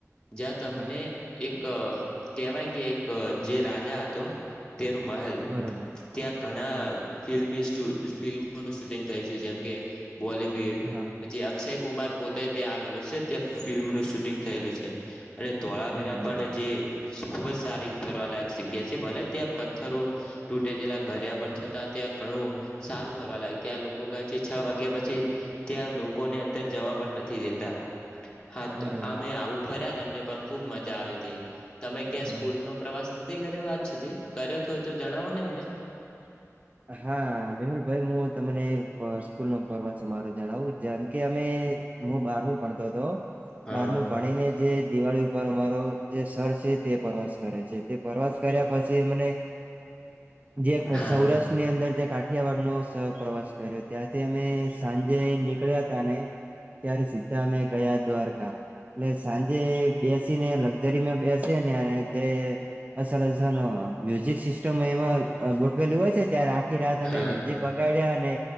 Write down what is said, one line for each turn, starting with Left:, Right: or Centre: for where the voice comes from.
Left: જ્યાં તમને
Right: હા
Left: એક કેહેવાય કે એક જે રાજા હતો તેનું મહેલ
Right: બરોબર
Left: ત્યાં ઘણા ફિલ્મી <unintelligible> ફિલ્મોનું શૂટિંગ થયું છે જેમ કે બોલીવુડ
Right: હા
Left: જે અક્ષય કુમાર પોતે ત્યાં આવેલું છે તે ફિલ્મનું શૂટિંગ થયેલું છે અને તોળાાવીરા
Right: હા બરોબર
Left: પણ જે ખુબ જ સારી ફરવાલાાયક જગ્યા છે ભલે ત્યાં પથ્થરો તૂટે ગલા ઘરે પણ ત્યાં ઘણું સારું ફરવા લાગે ત્યાં લોકો કહે છે છ વાગ્યા પછી ત્યાં લોકોને અંદર જવા પણ નથી દેતા હા
Right: બરોબર
Left: તો આ મે આવું ફર્યા તમને પણ ખુબ મજા આવી હતી તમે ક્યાં
Right: હા
Left: સ્કૂલ નો પ્રવાસ નથી કર્યો આજ સુધી કર્યો તો તો જણાવો ને મને
Right: <unintelligible> હા મેહુલ ભાઈ તને સ્કૂલ નો ફરવા મારો જણાવું જેમ કે અમે હું બારમું ભણતો હતો
Left: હા
Right: બારમું ભણીને જે દિવાળી ઉપર અમારો જે સર છે તે પ્રવાસ કરે છે તે પ્રવાસ કર્યા પછી એમને જે
Left: હા
Right: સૌરાષ્ટ્રની અંદર જે કાઠિયાવાડ નો પ્રવાસ કર્યો હતો ત્યાંથી અમે સાંજે નીકળ્યા તા ને ત્યારે સીધા અમે ગયા દ્વારકા એટલે સાંજે બેસી ને લક્ઝરીમાં બેસે ને અને જે અસલ અસલ મ્યુઝિક સિસ્ટમ એમાં ગોઠવેલ હોય છે ત્યારે આખી રાત અમે
Left: હા
Right: મ્યુઝિક વગાડ્યા અને